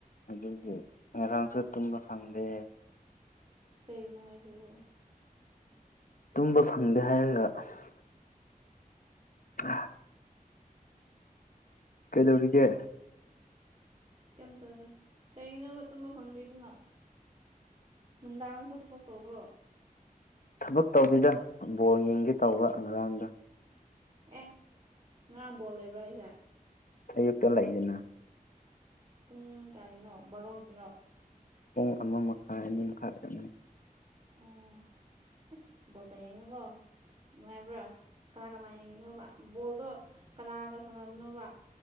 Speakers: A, on the left (about 65°); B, on the right (about 35°).
A: ꯑꯗꯨꯒꯤ ꯉꯔꯥꯡꯁꯨ ꯇꯨꯝꯕ ꯐꯪꯗꯦ
B: ꯀꯩꯅꯣ ꯍꯥꯏꯁꯤꯕꯣ
A: ꯇꯨꯝꯕ ꯐꯪꯗꯦ ꯍꯥꯏꯔꯒ ꯑꯁ ꯎ <unintelligible> ꯀꯩꯗꯧꯔꯤꯒꯦ
B: ꯀꯩꯝ ꯇꯧꯗꯦ ꯀꯩꯒꯤꯅꯣꯕ ꯇꯨꯝꯕ ꯐꯪꯗꯔꯤꯗꯨꯅ ꯅꯨꯡꯗꯥꯡꯗꯁꯨ ꯊꯕꯛ ꯇꯧꯕꯔꯣ
A: ꯊꯕꯛ ꯇꯧꯗꯦꯗ ꯕꯣꯜ ꯌꯦꯡꯒꯦ ꯇꯧꯕ ꯉꯔꯥꯡꯗ
B: ꯑꯦ ꯉꯔꯥꯡ ꯕꫭꯜ ꯂꯩꯕꯔꫭ ꯍꯥꯏꯁꯦ
A: ꯑꯌꯨꯛꯇ ꯂꯩꯌꯦꯅ
B: ꯄꯨꯡ ꯀꯥꯏꯅꯣ ꯕꯥꯔꯣꯒꯤꯔꯣ
A: ꯄꯨꯡ ꯑꯃ ꯃꯈꯥꯏ ꯑꯅꯤ ꯃꯈꯥꯏ ꯑꯣꯏꯔꯝꯅꯤ
B: ꯑꯣ ꯏꯁ ꯕꯣꯜꯒ ꯌꯦꯡꯉꯤꯀꯣ ꯅꯨꯡꯉꯥꯏꯕ꯭ꯔꯥ ꯀꯅꯥ ꯀꯅꯥ ꯌꯦꯡꯉꯤꯅꯣꯕ ꯕꯣꯜꯗꯣ ꯀꯅꯥꯒ ꯁꯥꯟꯅꯕꯅꯣꯕ